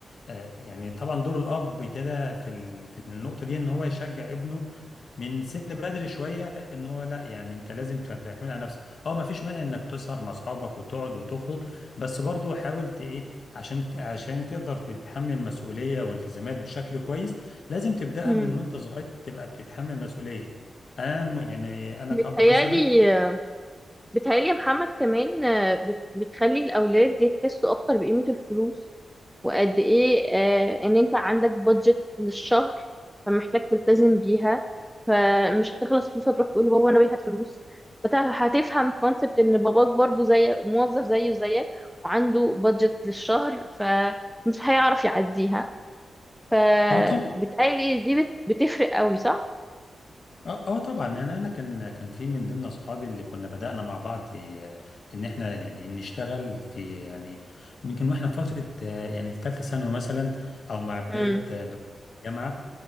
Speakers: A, on the left; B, in the centre.
A: آه، يعني طبعا دور الأب كده في ال- في النقطة دي إن هو يشجع ابنه من سن بدري شوية إن هو لا يعني أنت لازم تبقى تعتمد على نفسك أه ما فيش مانع إنك تسهر مع أصحابك وتقعد وتخرج بس برضو حاول ت- إيه عشان ت- عشان تقدر تتحمل مسؤولية والتزامات بشكل كويس لازم تبدأها
B: امم
A: من وأنت صغير تبقى بتتحمل مسؤولية أنا م- يعني أنا
B: بتهيالي
A: كأب مثلا
B: بتهيألي يا محمد كمان آه، بت- بتخلي الأولاد يحسوا أكتر بقيمة الفلوس وقد إيه آه، إن أنت عندك بادجت للشهر فمحتاج تلتزم بيها فمش هتخلص فلوس هتروح تقول لبابا أنا باقي هات فلوس فت- هتفهم كونسبت إن باباك برضو زي موظف زيه زيك وعنده بادجت للشهر فمش هيعرف يعديها فبتهيألي
A: أنا
B: دي بت- بتفرق قوي صح؟
A: اه اه طبعا يعني انا كان كان في من ضمن اصحابي اللي كنا بدأنا مع بعض آه، ان احنا يعني نشتغل في يعني يمكن واحنا في فترة آه، يعني في ثالثة ثانوي مثلا او مع بداية
B: امم
A: آه، دخول الجامعة